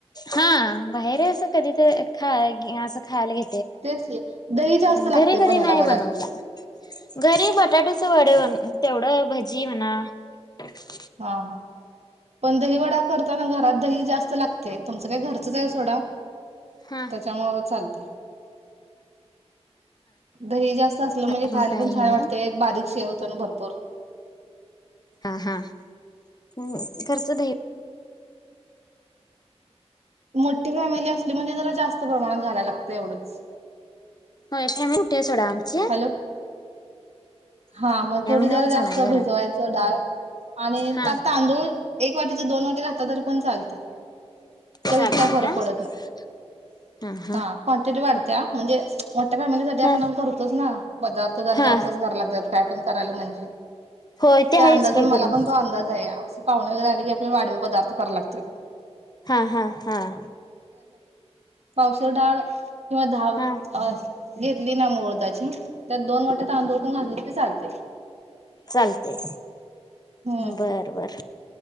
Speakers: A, on the left (about 35°); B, on the right (about 70°).
A: हा बाहेर असं कधी तर खाय ही असं खायगे
B: तेच की दही जास्त लागते
A: घरी कदी
B: पण ह्याला
A: नाही
B: वड्याला
A: बनवला घरी बटाट्याचे वडे बनवले तेवढ भज जीवना <unintelligible>
B: आ ह पण दही वडा करताना घरात दही जास्त लागते तुमचं काय घरच आहे सोडा
A: हा
B: त्याच्या मुंल चालते दही जास्त असलं
A: हा
B: म्हणजे खायला
A: काय
B: पण
A: हे
B: छान
A: नाही
B: वाटते बारीक शेव तंभर बर
A: हा हा <unintelligible> हम् खर्च दे
B: मोठी फॅमिली असली म्हणजे जरा जास्त प्रमाणात घालायला लागत एवढंच
A: हो फॅमट सोडा आमच
B: हॅलो हा मग थोडी
A: नऊ
B: जरा जास्त
A: जण आहे घरात
B: भिजवायचं डाळ आणि
A: हा
B: त्यात तांदूळ एक वाटीचे दोन वाटी घातल तरी पण चालते
A: सदी
B: चवीत काय फरक पडत
A: हम
B: नाही हा क्वांटिटी वाढते म्हणजे मोठ्या फॅमिलीसाठी आपण
A: ह
B: करतोच ना पदार्थ जरा
A: हा
B: जास्तच करा लागतो पन पॅटर्न कराया म्हनजे
A: होय ते
B: त्या
A: आहेच
B: अंदाज
A: की
B: मला
A: खरं
B: पण तो अंदाज आहे पाहुणे वगैरे आले की आपले वाढव पदार्थ करा लागत
A: हा हा हा <inaudible>
B: पावशेर डाळ किंवा धाव-घेतली
A: हा
B: ना मुळदाची त्यात दोन वाट्या तांदूळ पण घातले तर चालते
A: चालतय
B: हम्म
A: बर -बर